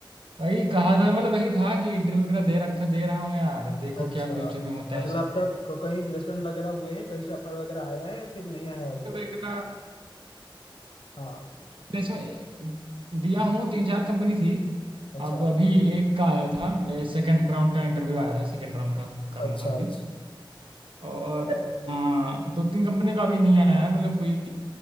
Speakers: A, on the right (about 75°); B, on the left (about 80°).
A: वही कहा था मतलब वही था कि इंटरव्यू वगैरह दे रखा दे रहा हूँ यार अब देखो
B: अच्छा
A: क्या फ्यूचर में होता
B: मतलब
A: है उसका।
B: अब तक क- कहीं प्लेसमेंट वगैरह हुए हैं कहीं से ऑफर वगैरह आया है फिर नहीं आया
A: प्लेसमेंट
B: अभी तक
A: वगैरह
B: हाँ
A: प्लेसमेंट दिया हूँ तीन चार कंपनी थी
B: अच्छा
A: अब अभी एक का आया था सेकंड राउंड का इंटरव्यू आया
B: <laughs>
A: था सेकंड राउंड का करना
B: अच्छा
A: था अभी
B: अच्छा
A: और हाँ दो तीन कंपनी का अभी नहीं आया है मतलब कोई